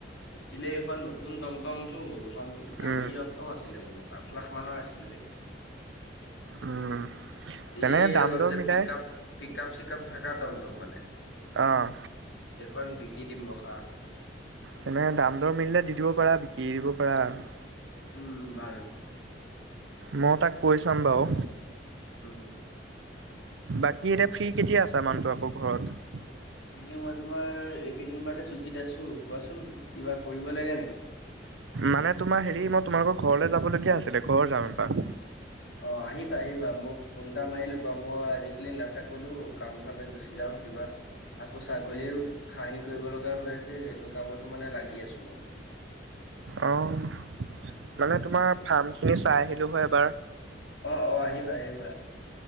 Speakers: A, on the left (about 85°); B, on the right (about 85°).
A: বিকিলে এইখন নতুন টমটমটো এইখন দামি-
B: উম,
A: টম আছিলে মোৰ পাঁচ লাখ মানৰ আছিলে নেকি?
B: উম, তেনে
A: এই
B: দাম
A: অলপ
B: দৰ
A: যে
B: মিলাই
A: পিক আপ পিক আপ চিকাপ থকা টমটম মানে।
B: অঁ
A: এইখন বিকি দিম ৰখা।
B: তেনেকে দাম দৰ মিলিলে দি দিব পাৰা বিক্ৰী দিব পাৰা আৰু।
A: উম বাৰু।
B: মও তাক কৈয় চাম বাৰু।
A: উম
B: বাকী এতিয়া ফ্ৰী কেতিয়া আছা মানুহটো আকৌ ঘৰত?
A: এনে মই তোমাৰ এই কেইদিন বাৰু ছুটিত আছো। কোৱাচোন কিবা কৰিব লাগে নেকি?
B: মানে তোমাৰ হেৰি মই তোমালোকৰ ঘৰলৈ যাব লগীয়া আছিলে ঘৰ যাম এপাক।
A: অ আহিবা আহিবা। মোক ফোন এটা মাৰি লবা মই আজিকালি নাথাকোতো কামে চামে গুচি যাম। কিবা, আকৌ ছাগলীও খাহি কৰিব লগা হৈ আছে সেইটো কামতো মানে লাগি আছো মই।
B: অঁ' মানে তোমাৰ ফাৰ্ম খিনি চাই আহিলো হয় এবাৰ।
A: অঁ অঁ আহিবা আহিবা।